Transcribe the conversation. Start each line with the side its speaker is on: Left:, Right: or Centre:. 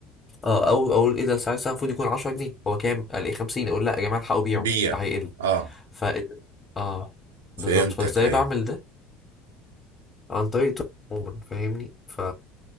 Left: اه او اقول ايه ده سعر السهم المفروض يكون 10 جنيه هو كام قال ايه 50 اقول لا يا جماعة الحقوا بيعوا
Right: بيع
Left: ده هيقل
Right: اه
Left: ف اه
Right: فهمتك
Left: بالظبط فازاي
Right: ايوه
Left: بعمل ده عن طريق عموما فاهمني ف